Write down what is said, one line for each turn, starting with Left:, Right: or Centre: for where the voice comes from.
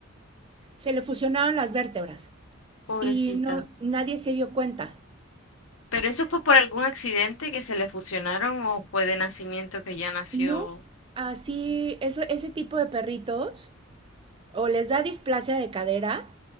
Right: Se le fusionaron las vértebras.
Left: pobrecita.
Right: Y no, nadie se dio cuenta.
Left: ¿Pero eso fue por algún accidente que se le fusionaron o fue de nacimiento que ya nació?
Right: No, así, eso, ese tipo de perritos o les da displasia de cadera